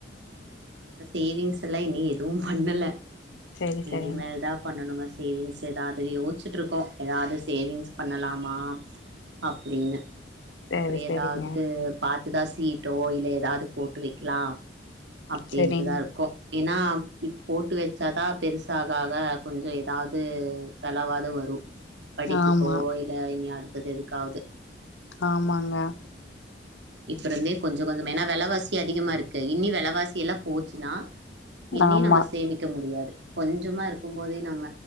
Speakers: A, on the right; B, on the left.
A: நாங்க சேவிங்ஸ் எல்லா இனி எதுவும் பண்ணல
B: செரி செரிங்
A: இனிமேல் தான் பண்ணனுங்க சேவிங்ஸ் ஏதாவது யோசிச்சிட்டு இருக்கோம் எதாவது சேவிங்ஸ் பண்ணலாமா அப்படின்னு
B: செரி
A: அப்டி
B: செரிங்க
A: எதாவது பார் இத சீட்டோ இல்ல ஏதாது போட்டு வெக்லாம் அப்டின்ட்டுதான்
B: செரிங்க
A: இருக்கோம் ஏனா இப்ப போட்டு வச்சாதான் பெருசாக ஆக கொஞ்சம் எதாவது செலவாது வரும். படிப்புக்கோ
B: ஆமா
A: இல இனி அடுத்து, அது எதுக்காவுது
B: ஆமாங்க
A: இப்பருந்தே கொஞ்ச கொஞ்சம ஏன்னா வெல வாசி அதிகமா இருக்கில் இன்னி வெலவாசி எல்லாம் போச்சுன்னா இன்னி
B: ஆமா
A: நம்ம சேமிக்க முடியாது. கொஞ்ஞ்சமா இருக்கும் போதே நம்ம